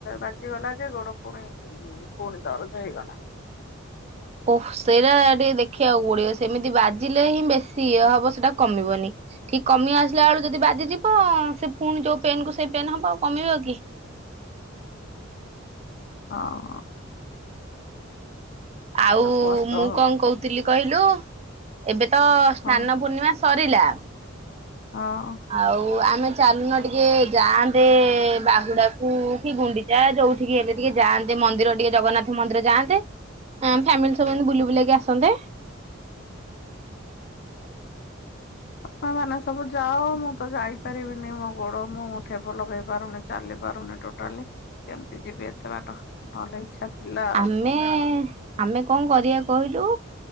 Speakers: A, on the left (about 50°); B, on the right (about 30°).
A: ବାଜିଗଲା ଯେ ଗୋଡ ପୁଣି ହୁଁ ପୁଣି ଦରଜ୍ ହେଇଗଲା।
B: ଓହ। ସେଇଟା ଟିକେ ଦେଖିଆକୁ ପଡିବ, ସେମିତି ବାଜିଲେ ହିଁ ବେଶୀ ଇଏ ହବ ସେଟା କମିବନି। ଠିକ୍ କମି ଆସିଲା ବେଳୁ ଯଦି ବାଜିଯିବ ସେ ପୁଣି ଯୋଉ ପେନ୍ କୁ ସେଇ ପେନ୍ ହବ ଆଉ କମିବ କି।
A: ହଁ।
B: ଆଉ
A: କଷ୍ଟ
B: ମୁଁ
A: ହଉଛି
B: କଣ କହୁଥିଲି କହିଲୁ, ଏବେ ତ ସ୍ନାନ
A: ହଁ
B: ପୂର୍ଣ୍ଣିମା ସରିଲା।
A: ହଁ।
B: ଆଉ ଆମେ ଚାଲୁନ ଟିକେ ଯାଆନ୍ତେ ବାହୁଡାକୁ କି ଗୁଣ୍ଡି ଚା ଯୋଉଠିକି ହେଲେ ଟିକେ ଯାଆନ୍ତେ ମନ୍ଦିର ଟିକେ ଜଗନ୍ନାଥ ମନ୍ଦିର ଯାଆନ୍ତେ। ଆମ ଫ୍ୟାମିଲି ସବୁ ଏନ୍ତି ବୁଲି ବୁଲେଇକି ଆସନ୍ତେ।
A: ତମେ ମାନେ ସବୁ ଯାଅ ମୁଁ ତ ଯାଇପାରିବିନି ମୋ ଗୋଡ ମୁଁ <unintelligible> ଲଗେଇ ପାରୁନି। ଚାଲି ପାରୁନି ଟୋଟାଲି କେମ୍ତି ଯିବି ଏତେ ବାଟ ନଲେ <inaudible>
B: ଆମେ ଆମେ କଣ କରିଆ କହିଲୁ